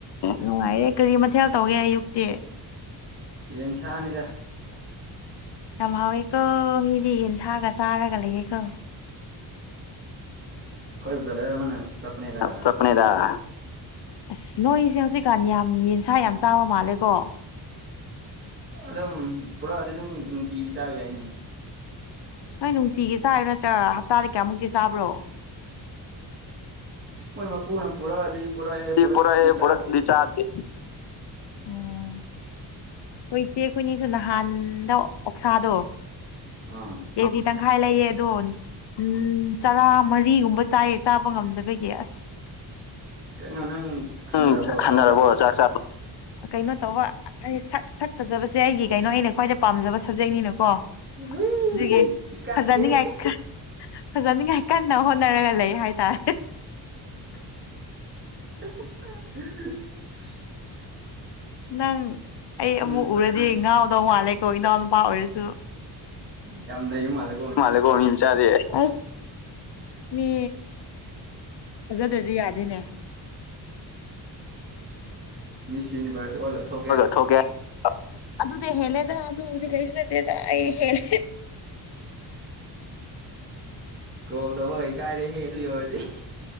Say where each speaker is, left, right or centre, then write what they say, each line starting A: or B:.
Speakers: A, on the left; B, on the right.
A: ꯅꯨꯡꯉꯥꯏꯔꯦ ꯀꯔꯤ ꯃꯊꯦꯜ ꯇꯧꯒꯦ ꯑꯌꯨꯛꯇꯤ
B: ꯌꯦꯟꯁꯥꯅꯤꯗ
A: ꯌꯥꯝ ꯍꯥꯎꯋꯦꯀꯣ ꯃꯤꯗꯤ ꯌꯦꯟꯁꯥꯒ ꯆꯥꯔꯒ ꯂꯩꯌꯦꯀꯣ
B: ꯈꯣꯏ ꯕ꯭ꯔꯗꯔ ꯑꯃꯅ ꯄꯨꯔꯛꯄꯅꯦꯗ
A: <unintelligible> ꯑꯁ ꯅꯣꯏꯁꯦ ꯍꯧꯖꯤꯛꯀꯥꯟ ꯌꯥꯝ ꯌꯦꯟꯁꯥ ꯌꯥꯝ ꯆꯥꯕ ꯃꯥꯜꯂꯦꯀꯣ
B: ꯑꯗꯨꯝ ꯄꯨꯔꯛꯑꯗꯤ ꯑꯗꯨꯝ ꯅꯨꯡꯇꯤꯒꯤ ꯆꯥꯕ ꯌꯥꯏꯅꯦ
A: ꯅꯣꯏ ꯅꯨꯡꯇꯤꯒꯤ ꯆꯥꯔꯤꯔ ꯅꯠꯇ꯭ꯔꯥ ꯍꯞꯇꯥꯗ ꯀꯌꯥꯃꯨꯛꯀꯤ ꯆꯥꯕ꯭ꯔꯣ
B: ꯃꯣꯏ ꯃꯄꯨꯅ ꯄꯨꯔꯛꯑꯗꯤ ꯄꯨꯔꯛꯑꯦ ꯄꯨꯔꯛꯇ꯭ꯔꯗꯤ
A: ꯄꯨꯔꯛꯑꯦ
B: ꯆꯥꯗꯦ
A: ꯄꯨꯔꯛꯇꯗꯤ ꯆꯥꯗꯦ ꯑꯣ ꯑꯩꯈꯣꯏ ꯏꯆꯦ ꯑꯩꯈꯣꯏꯑꯅꯤꯁꯨ ꯅꯍꯥꯟꯗꯣ ꯑꯣꯛꯁꯥꯗꯣ
B: ꯑꯥ
A: ꯀꯦꯖꯤ ꯇꯪꯈꯥꯏ ꯂꯩꯌꯦ ꯑꯗꯣ ꯎꯝ ꯆꯔꯥ ꯃꯔꯤꯒꯨꯝꯕ ꯆꯥꯏꯌꯦ ꯆꯥꯕ ꯉꯝꯗꯕꯒꯤ ꯑꯁ
B: ꯑꯁ ꯀꯩꯅꯣ ꯅꯪ ꯍꯟꯊꯔꯕꯣ
A: ꯎꯝ ꯍꯟꯅꯔꯕꯣ
B: ꯆꯥꯛ ꯆꯥꯕ
A: ꯆꯥꯛ ꯆꯥꯕ ꯀꯩꯅꯣ ꯇꯧꯕ ꯑꯩ ꯁꯛ ꯁꯛ ꯐꯖꯕꯁꯦ ꯑꯩꯒꯤ ꯀꯩꯅꯣ ꯑꯩꯅ ꯈ꯭ꯋꯥꯏꯗꯩ ꯄꯥꯝꯖꯕ ꯁꯕꯖꯦꯛꯅꯤꯅꯀꯣ
B: <unintelligible>
A: ꯑꯗꯨꯒꯤ
B: ꯏꯀꯥꯏꯌꯦ
A: ꯐꯖꯅꯤꯡꯉꯥꯏ ꯐꯖꯅꯤꯡꯉꯥꯏ ꯀꯟꯅ ꯍꯣꯠꯅꯔꯒ ꯂꯩ ꯍꯥꯏꯇꯥꯔꯦ
B: <unintelligible>
A: ꯅꯪ ꯑꯩ
B: ꯎꯝ
A: ꯑꯃꯨꯛ ꯎꯔꯗꯤ ꯉꯥꯎꯗꯧ ꯃꯥꯜꯂꯦꯀꯣ ꯏꯅꯥꯎ ꯅꯨꯄꯥ ꯑꯣꯏꯔꯁꯨ
B: ꯌꯥꯝ ꯅꯩꯕ ꯃꯥꯜꯂꯦ
A: ꯃꯥꯜꯂꯦꯀꯣ ꯃꯤ ꯃꯆꯥꯗꯤ ꯑꯁ ꯃꯤ ꯐꯖꯗ꯭ꯔꯗꯤ ꯌꯥꯗꯦꯅꯦ
B: ꯃꯤꯁ ꯌꯨꯅꯤꯚꯔꯁ ꯑꯣꯏꯔꯒ ꯊꯣꯛꯀꯦ
A: <unintelligible> ꯑꯗꯨꯗꯩ ꯍꯦꯜꯂꯦꯗ ꯑꯗꯨꯗꯤ ꯀꯩꯁꯨ ꯅꯠꯇꯦꯗ ꯑꯩ ꯍꯦꯜ
B: ꯀꯣꯜ ꯇꯧꯕ ꯏꯀꯥꯏꯔꯦꯍꯦ ꯑꯗꯨ ꯌꯧꯔꯗꯤ